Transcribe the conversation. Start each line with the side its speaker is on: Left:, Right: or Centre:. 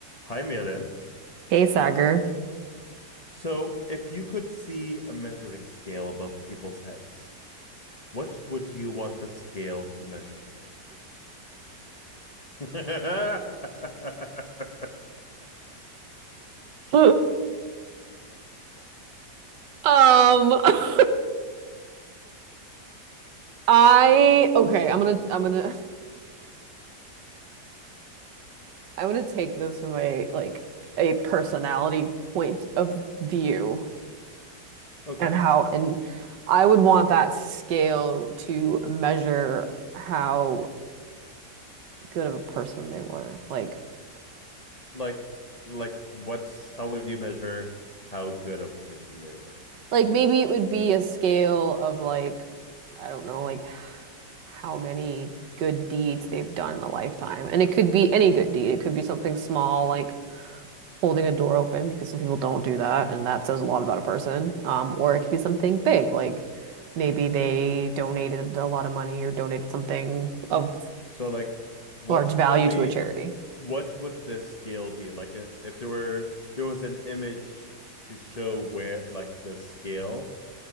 Left: Hi, Malin.
Right: Hey, Sagar. <laughs>
Left: So, if you could see a measuring scale above people's heads, what would you want the scale to measure? <laughs>
Right: Um, <laughs> I okay, I'm gonna I'm gonna I'm gonna take this from a like a personality point of view
Left: Okay.
Right: and how and I would want that scale to measure how good of a person they were. Like
Left: Like, like, what's how would you measure how good of a person they were?
Right: like maybe it would be a scale of like I don't know, like how many good deeds they've done in a lifetime. And it could be any good deed. It could be something small like holding a door open because some people don't do that, and that says a lot about a person. Um, or it could be something big, like maybe they donated a lot of money or donated something of
Left: So, like, what
Right: large value
Left: would be,
Right: to a charity.
Left: what would the scale be? Like, i- if there were, there was an image to show where, like, the scale.